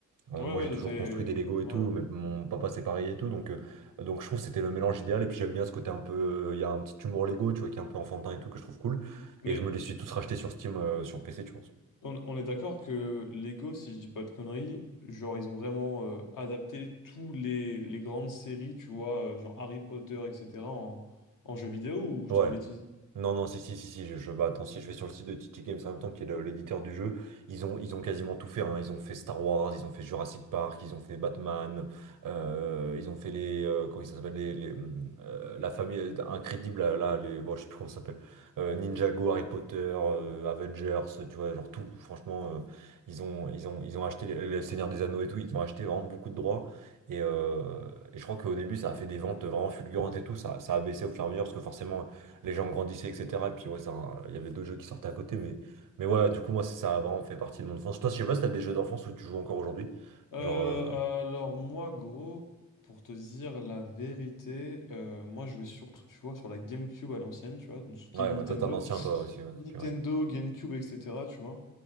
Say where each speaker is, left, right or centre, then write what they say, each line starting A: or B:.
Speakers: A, on the right; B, on the left.
A: euh,
B: Ouais,
A: moi
B: ouais,
A: j'ai
B: de
A: toujours
B: tes.
A: construit des Lego et
B: Ouais.
A: tout, mais mon papa c'est pareil et tout. Donc, euh, donc je trouve que c'était le mélange idéal. Et puis j'aime bien ce côté un peu. euh, Il y a un petit humour Lego, tu vois, qui est un peu enfantin et tout, que je trouve cool.
B: Mais
A: Et je me les suis tous rachetés sur Steam, euh, sur PC, tu vois.
B: On, on est d'accord que Lego, si je dis pas de conneries, genre ils ont vraiment euh, adapté tous les, les grandes séries, tu vois, euh, genre Harry Potter, etc., en, en jeux vidéo ou je
A: Ouais.
B: dis une bêtise?
A: Non, non, si, si, si, si, je, je- bah, attends, si je vais sur le site de TT Games en même temps, qui est le- l'éditeur du jeu, ils ont, ils ont quasiment tout fait, hein. Ils ont fait Star Wars, ils ont fait Jurassic Park, ils ont fait Batman, euh, ils ont fait les, euh, comment ça s'appelle, les, les, hum, euh, la famille incrédible, là, là, les, bon, je sais plus comment ça s'appelle, euh, Ninjago, Harry Potter, euh, Avengers, tu vois, genre tout, franchement, euh, ils ont, ils ont, ils ont acheté les, les Seigneurs des Anneaux et tout, ils ont acheté vraiment beaucoup de droits. Et, euh, et je crois qu'au début, ça a fait des ventes vraiment fulgurantes et tout. Ça, ça a baissé au fur et à mesure parce que forcément, les gens grandissaient, etc. Et puis ouais, ça, il y avait d'autres jeux qui sortaient à côté, mais, mais ouais, du coup, moi, ça a vraiment fait partie de mon enfance. Toi, je sais pas si t'as des jeux d'enfance où tu joues encore aujourd'hui.
B: Euh,
A: Genre, euh,
B: alors moi, gros, pour te dire la vérité, euh, moi je jouais surtout, tu vois, sur la GameCube à l'ancienne, tu vois, donc ce qui
A: ouais,
B: est Nintendo.
A: bah, toi, t'es un ancien, toi aussi, ouais, donc,
B: Nintendo,
A: euh, ouais.
B: GameCube, etc., tu vois.